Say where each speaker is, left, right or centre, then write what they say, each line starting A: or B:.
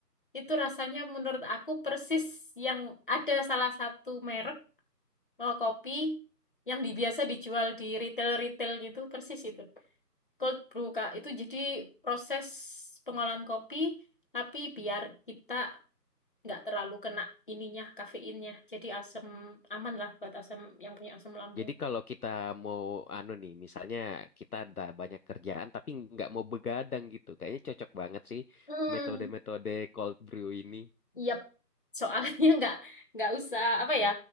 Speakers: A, on the left (about 30°); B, on the left (about 60°).
A: itu rasanya menurut aku persis yang ada salah satu merek Oh, kopi yang di- biasa dijual di retail-retail gitu, persis itu. Cold brew, Kak. Itu jadi proses pengolahan kopi, tapi biar kita nggak terlalu kena ininya, kafeinnya. Jadi asam aman lah buat asam yang punya asam lambung.
B: jadi kalau kita mau anu nih, misalnya kita ada banyak kerjaan tapi nggak mau begadang gitu, kayaknya cocok banget sih
A: Hmm,
B: metode-metode cold brew ini.
A: yep. Soalnya <laughs> nggak nggak usah apa ya,